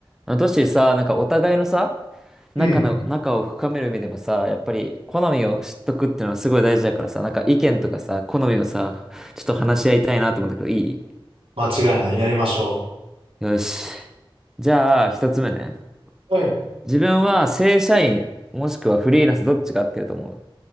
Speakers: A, in the centre; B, on the right (about 85°).
A: あの、トッシーさ、なんかお互いのさ、仲の、
B: うん。
A: 仲を深める意味でもさ、やっぱり好みを知っとくっていうのはすごい大事だからさ、なんか意見とかさ、好みをさ、ちょっと話し合いたいなと思うんだけど、いい
B: 間違いない。やりましょ
A: よし。じゃあ、一つ目ね。
B: う。うん。
A: 自分は正社員、もしくはフリーランスどっちが合ってると思う